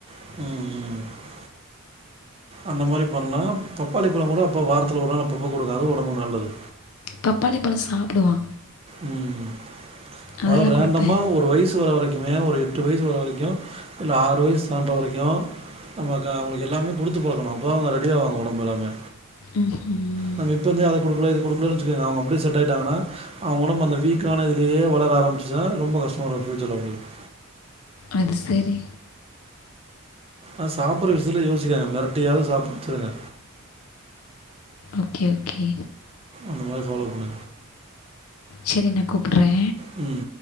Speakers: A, on the right; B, on the left.
A: ம் ம். அந்த மாரி பண்ணா பப்பாளி பழ கூட அப்ப வாரத்துல ஒரு நாள் அப்பப்ப குடுங்க அது ஒடம்புக்கு நல்லது.
B: பப்பாளி பழ சாப்புடுவா
A: ம்
B: அதெல்லாம்
A: அதா ரேண்டமா
B: கொடுப்பேன்
A: ஒரு வயசு வர வரைக் க்குமே ஒரு எட்டு வயசு வர வரைக்கு இல்ல ஆறு வைஸ் சான்ற வரைக்கு ஆமாக்கா அவுங்களுக்கு எல்லாமே குடுத்து பழக்கனு அப்பதா அவுங்க ரெடி ஆவாங்க ஒடம்பு எல்லாமே
B: ம் ஹிம்
A: நம்ம இப்ப வந்து அத குடுக்கல இத குடுக்கலனு வச்சுக்குங்க அவுங்க அப்டியே செட் ஆயிட்டாங்கனா அவுங்க ஒடம்பு அந்த வீக்கான இதுலயே வளர ஆரம்பிச்சினா ரொம்ப கஷ்டமாரு ஃபூயூச்சர்ல உங்களுக்
B: அது சேரி.
A: அ சாப்புற விஷியத்தில யோசிகாதீங்க மெரட்டியாவது சாப்ட வச்சுருங்க.
B: ஓகே ஓகே
A: அந்த மாரி ஃபாலோ பண்ணு
B: செரி நா கூப்புட்றே
A: ம்